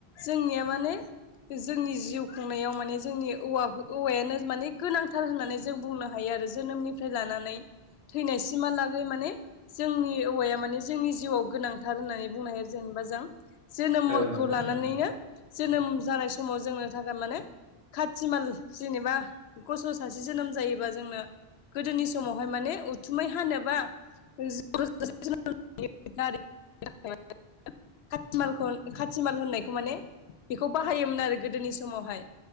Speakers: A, on the left (about 80°); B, on the right (about 45°).
A: जोंनिया माने जोंनि जिउ खुंनायाव माने जोंनि औव औवायानो माने गोनांथार होननानै जों बुंनो हायो जोनोमनिफ्राय लानानै थैनायसिमहालागै माने जोंनि औवाया माने जोंनि जिउआव गोनांथार होननानै बुंनो हायो जेनेबा जों जोनोमखौ
B: औ नोंथां
A: लानानैनो
B: औ
A: जोनोम जानाय समाव जोङो मानि खाथिमाल जेनेबा सासे जोनोम जायोबा जोंनो गोदोनि समावहाय माने उथुमै हानोबा <unintelligible> सिमाल होननायखौ माने बेखौ बाहायोमोन आरो गोदोनि समावहाय